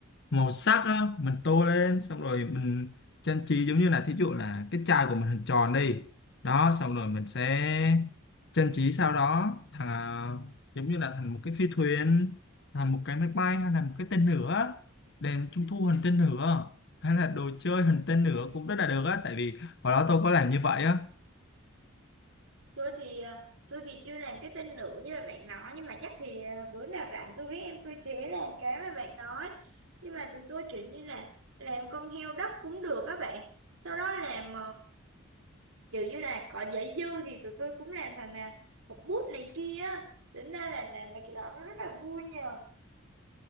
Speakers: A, on the left (about 55°); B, on the right (about 70°).
A: màu sắc á, mình tô lên xong rồi mình trang trí giống như là thí dụ là cái chai của mình hình tròn đi đó xong rồi mình sẽ trang trí sau đó thành ờ, giống như là thành một cái phi thuyền thành một cái máy bay hay là một cái tên lửa đèn trung thu hình tên lửa hay là đồ chơi hình tên lửa cũng rất là được á tại vì hồi đó tôi có làm như vậy á
B: tôi thì à, tôi thì chưa làm cái tên nữa như mà bạn nói nhưng mà chắc thì à, bữa nào rảnh tôi với em tôi sẽ làm cái mà bạn nói nhưng mà tụi tôi kiểu như là làm con heo đất cũng được các bạn sau đó làm kiểu như là có giấy dư thì tụi tôi cũng làm thành là một bút này kia á. tính ra là làm mấy cái đó nó rất là vui nhờ